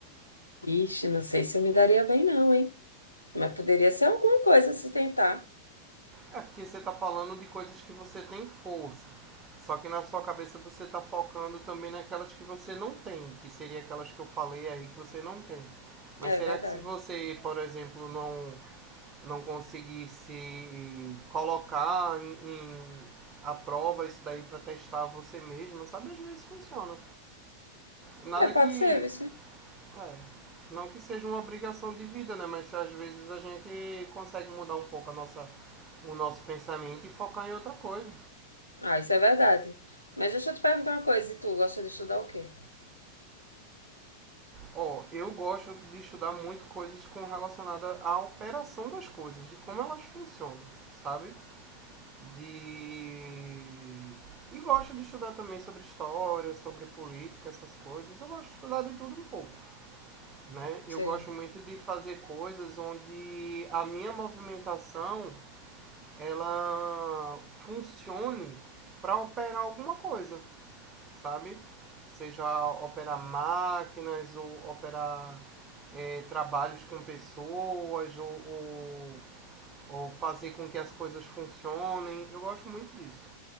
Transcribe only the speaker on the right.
É porque você tá falando de coisas que você tem força. Só que na sua cabeça você tá focando também naquelas que você não tem, que seria aquelas que eu falei aí que você não tem. Mas
será
que se você, por exemplo, não não conseguir se colocar em, em a prova isso daí para testar você mesmo, sabe? Às vezes funciona. Nada
que
É. Não que seja uma obrigação de vida, né? Mas às vezes a gente consegue mudar um pouco a nossa, o nosso pensamento e focar em outra coisa.
Ó, eu gosto de estudar muito coisas com relacionada à operação das coisas, de como elas funcionam, sabe? De e gosto de estudar também sobre história, sobre política, essas coisas. Eu gosto de estudar de tudo um pouco, né?
Eu gosto muito de fazer coisas onde a minha movimentação ela funcione para operar alguma coisa, sabe? Seja operar máquinas ou operar é, trabalhos com pessoas ou, ou, ou fazer com que as coisas funcionem. Eu gosto muito disso.